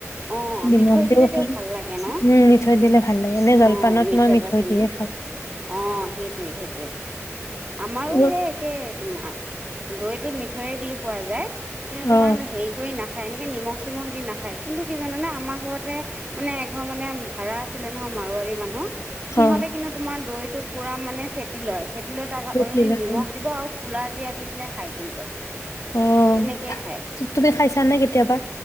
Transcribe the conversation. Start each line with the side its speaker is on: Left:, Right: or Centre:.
Right: অ'
Left: নিমখ
Right: মিঠৈ
Left: দিও
Right: দিলে তেওঁ
Left: খা
Right: ভাল লাগে ন
Left: উম মিঠৈ দিলে ভাল লাগে এনে জলপানত
Right: অ'
Left: মই মিঠৈ
Right: বা চেনি
Left: দিয়ে খাওঁ
Right: অ' সেইটোৱে সেইটোৱে আমাৰো
Left: উম
Right: সেই একে তোমাৰ দৈটোত মিঠৈয়ে দি খোৱা যায় কিন্তু
Left: অ
Right: তোমাৰ হেৰি কৰি নাখায় এনেকে নিমখ চিমখ দি নাখায় কিন্তু জানানে আমাৰ ঘৰতে মানে এঘৰ মানে ভাড়া আছিলে নহয় মাৰোৱাৰী মানুহ সিহতে
Left: অ
Right: কিন্তু তোমাৰ দৈত টো পুৰা মানে ফেটি লয় ফে দিলে তাক
Left: বেছিভাগে।
Right: অল নিমখ দিব আৰু কোলাাজিৰা দি পেলাই খায় কিন্তু
Left: অ
Right: তেনেকেই
Left: ভা-
Right: খায়
Left: তুমি খাইছানে কেতিয়াবা